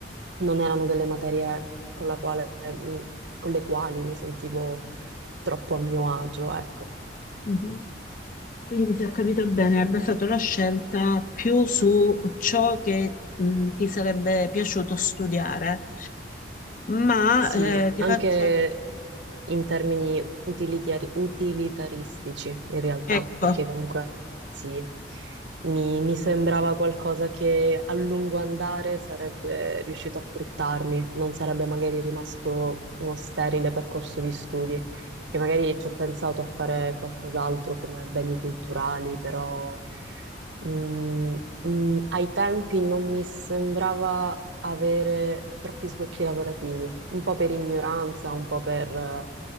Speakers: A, on the right; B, on the left.
A: non erano delle materie con la quale mi- con le quali mi sentivo troppo a mio agio, ecco.
B: mhm. Quindi, se ho capito bene, hai basato la scelta più su ciò che mh, ti sarebbe piaciuto studiare. Ma
A: Sì,
B: eh, ti
A: anche
B: faccio...
A: in termini utilitari- utilitaristici, in realtà,
B: Ecco.
A: perché comunque sì, mi, mi sembrava qualcosa che a lungo andare sarebbe riuscito a fruttarmi, non sarebbe magari rimasto uno sterile percorso di studi, perché magari ci ho pensato a fare qualcos'altro come beni culturali, però. Mm, mm, ai tempi non mi sembrava avere troppi sbocchi lavorativi, un po' per ignoranza, un po' per, eh,